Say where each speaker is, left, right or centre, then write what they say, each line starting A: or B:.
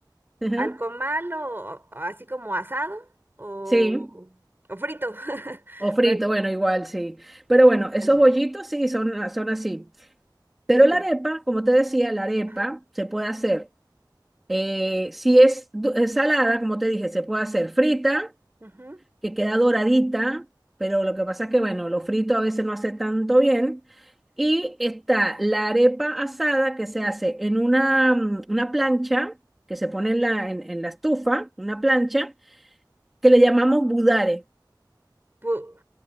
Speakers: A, in the centre; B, on the right.
A: ajá,
B: al comal o, o así como asado o,
A: sí.
B: o frito. <laughs>
A: O frito,
B: Pero
A: bueno, igual, sí. Pero bueno, esos
B: bueno,
A: bollitos sí son, son así. Pero
B: ok.
A: la arepa, como te decía, la arepa
B: Ajá.
A: se puede hacer, eh, si es du- es salada, como te dije, se puede hacer frita
B: ujú.
A: que queda doradita, pero lo que pasa es que, bueno, lo frito a veces no hace tanto bien. Y está la arepa asada que se hace en una, mm, una plancha, que se pone en la, en, en la estufa, una plancha, que le llamamos budare,
B: Pu-